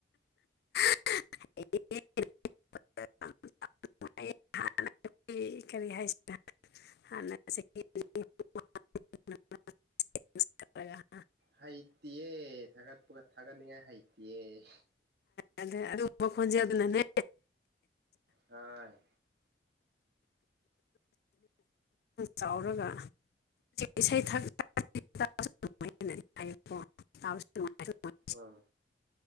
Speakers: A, on the left; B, on the right.
A: ꯑꯦ <unintelligible> ꯍꯥꯟꯅꯀꯤ ꯀꯔꯤ ꯍꯥꯏꯁꯤꯅ ꯍꯥꯟꯅ ꯆꯍꯤ <unintelligible> ꯂꯒ
B: ꯍꯩꯏꯇꯤꯌ‌ꯦ ꯊꯒꯠ ꯄꯒ ꯊꯒꯠ ꯅꯤꯡꯉ‌‌ꯦ ꯍꯩꯏ ꯌꯦ
A: ꯑꯗꯣ ꯑꯗꯨꯒꯨꯝꯕ ꯈꯣꯟꯖꯦꯜꯗꯨꯅꯅꯦ
B: ꯑ
A: ꯆꯥꯎꯔꯒ ꯏꯁꯩ <unintelligible> <unintelligible> ꯅꯨꯡꯉꯥꯏ
B: ꯎꯝ